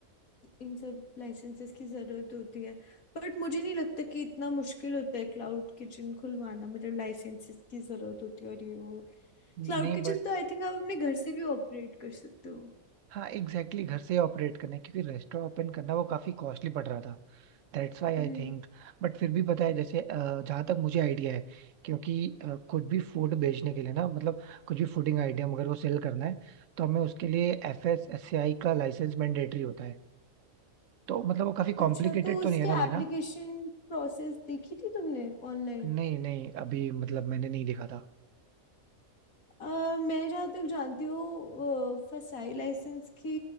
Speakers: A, on the left; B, on the right.
A: इन सब लाइसेंसेस की ज़रूरत होती है बट मुझे नहीं लगता कि इतना मुश्किल होता है क्लाउड किचन खुलवाना मतलब लाइसेंसेस की ज़रूरत होती है और ये वो
B: नहीं
A: क्लाउड किचन
B: बट
A: तो आई थिंक आप अपने घर से भी ऑपरेट कर सकते हो
B: हाँ एग्जैक्टली exactly घर से ऑपरेट करना है, क्योंकि रेस्टोरेंट ओपन करना वो काफी कॉस्टली पड़ रहा था That's why I
A: हम्म
B: think But फिर भी पता है जैसे अ, जहाँ तक मुझे आइडिया है क्योंकि अ, कुछ भी फूड बेचने के लिए ना मतलब कुछ भी फूडिंग आइडिया अगर वो सेल करना है तो हमें उसके लिए एफ एस एस आई का लाइसेंस मैंडेटरी होता है तो मतलब वो काफी
A: अच्छा
B: कॉम्प्लिकेटेड
A: तो
B: तो
A: उसके
B: नहीं है ना
A: एप्लीकेशन
B: लेना
A: प्रोसेस देखी थी तुमने ऑनलाइन
B: नहीं नहीं अभी मतलब मैंने नहीं देखा था
A: अ, मैं जहाँ तक जानती हूँ फसाई लाइसेंस की